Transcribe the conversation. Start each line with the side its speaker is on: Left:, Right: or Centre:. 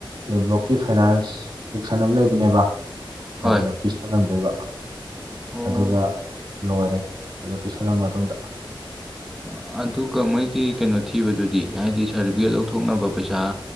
Right: ꯑꯦꯕ꯭ꯂꯣ ꯀꯤ ꯐꯥꯏꯅꯥꯟꯁ ꯁꯦꯛꯁꯟ ꯑꯃ ꯂꯩꯕꯅꯦꯕ
Centre: ꯍꯣꯏ
Right: ꯑꯗꯨꯗ ꯄꯤꯁꯍꯜꯂꯝꯗꯣꯏꯕ
Centre: ꯑꯣ
Right: ꯑꯗꯨꯒ ꯂꯣꯏꯔꯦ ꯑꯗꯨ ꯄꯤꯁꯜꯂ ꯃꯇꯨꯡꯗ
Centre: ꯑ ꯑꯗꯨꯒ ꯃꯣꯏꯒꯤ ꯀꯩꯅꯣ ꯊꯤꯕꯗꯨꯗꯤ ꯍꯥꯏꯗꯤ ꯁꯥꯔꯗꯤꯕꯤꯀꯦꯠ ꯂꯧꯊꯣꯛꯅꯕ ꯄꯩꯁꯥ